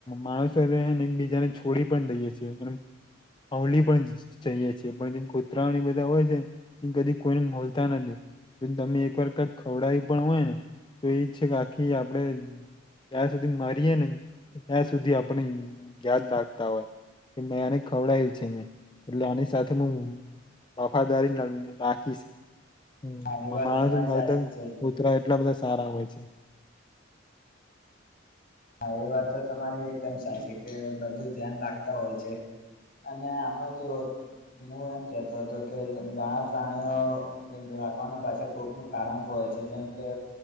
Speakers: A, on the left (about 25°); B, on the left (about 45°).
A: માણસોને એકબીજાને છોડી પણ દઈએ છીએ એ અવલી પણ જઈએ છેીએ પણ જે કૂતરાઓ બધા હોય છેને એ કદી કોઈને મળલતા નથી જો તમે એકવાર કઈક ખવડાયું પણ હોય ને તો એ છે કે આખી આપણેે ત્યાં સુધી મારીએે ને ત્યાં સુધી આપણને યાદ રાખતા હોય એ મેં આને ખવડાયું છે એટલે આની સાથે હું વફાદારી રાખીશ હ
B: હા એ વાત
A: માણસ
B: તો તમારી
A: કરતા
B: સાચી જ છે
A: કુતરા એટલા બધા સારા હોય છે <inaudible>
B: હા એ વાત તો તમારી એકદમ સાચી કે બધું ધ્યાન રાખતા હોય છે અને આમાં જો હું એમ કેતો હતો કે ઘણા પ્રાણીઓ રાખવાના પાછ કોકનું કારણ પણ જેમ કે